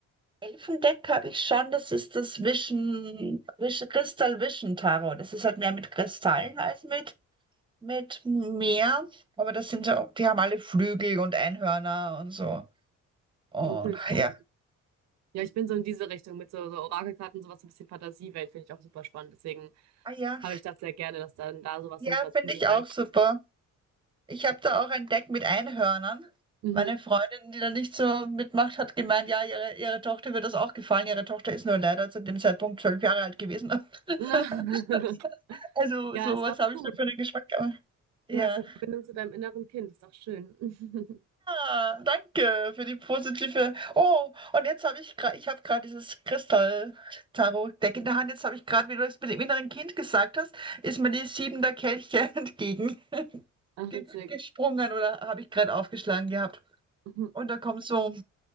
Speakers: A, on the right; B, on the right.
A: Elfendeck habe ich schon, das ist das Vision, Vision, Crystal Vision Tarot. Das ist halt mehr mit Kristallen als mit, mit Meer, aber das sind ja auch, die haben alle Flügel und Einhörner und so. Und
B: Okay, spannend.
A: ja,
B: Ja, ich bin so in diese Richtung mit so, so Orakelkarten, sowas, so ein bisschen Fantasiewelt, finde ich auch super spannend. Deswegen
A: ah ja,
B: habe ich das sehr gerne, dass dann da sowas
A: ja,
B: dann noch dazu
A: finde ich
B: reinspielt.
A: auch super. Ich habe da auch ein Deck mit Einhörnern.
B: Mhm.
A: Meine Freundin, die da nicht so mitmacht, hat gemeint, ja, ihre, ihre Tochter wird das auch gefallen. Ihre Tochter ist nur leider zu dem Zeitpunkt zwölf Jahre alt gewesen.
B: <laughs>
A: <laughs> Also
B: Ja,
A: sowas
B: ist doch
A: habe
B: gut.
A: ich da für einen Geschmack. aber- Ja.
B: Du hast eine Verbindung zu deinem inneren Kind, ist doch schön. <laughs>
A: Ja, danke für die positive. Oh, und jetzt habe ich gerade, ich habe gerade dieses Kristall-Tarot-Deck in der Hand. Jetzt habe ich gerade, wie du es mit dem inneren Kind gesagt hast, ist mir die Sieben der Kelche <laughs> entgegen
B: Ach,
A: ge-
B: witzig.
A: gesprungen oder habe ich gerade aufgeschlagen gehabt.
B: Mhm.
A: Und da kommt so